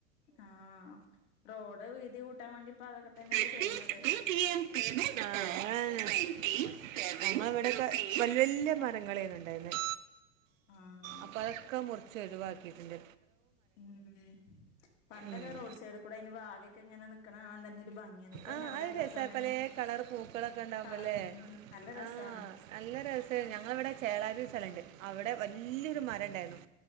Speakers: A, on the left (about 65°); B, on the right (about 85°).
A: ആ റോഡ് വീതി കൂ കൂട്ടാൻ വേണ്ടി ഇപ്പ അതൊക്കെ തന്നെയല്ലേ
B: റിസിവ്ഡ്
A: ചെയ്യണത്
B: Paytm payment of rupees twenty നമ്മ അവിടൊക്കെ വല്യ വല്യ മരങ്ങളായിരുന്നു ഉണ്ടായിരുന്നെ
A: ആഹ്
B: അപ്പൊ അതൊക്കെ മുറച്ച് ഒഴവാക്കിട്ടുണ്ട്
A: ഉം പണ്ടൊക്കെ
B: ഉം
A: റോഡ് സൈഡിൽ കൂടെ അതിന് വാതുക്കെ ഇങ്ങനെ നിക്കണ കാണാൻ തന്നെ ഒരു ഭംഗിയായിരുന്നു ഇപ്പ
B: ആ
A: അയിന് എവിടെ
B: അത്
A: അത്ര
B: രസ
A: തോനെന്നും
B: പലെ കളർ പൂക്കളൊക്കെ ഉണ്ടാവുമ്പോല്ലേ.
A: കളർ ഉം നല്ല രസാണ്
B: ആ നല്ല രസ. ഞങ്ങളിവിടെ ചേളാബി സ്ഥലമുണ്ട് അവിടെ വല്യയൊരു മരം ഉണ്ടായിരുന്നു.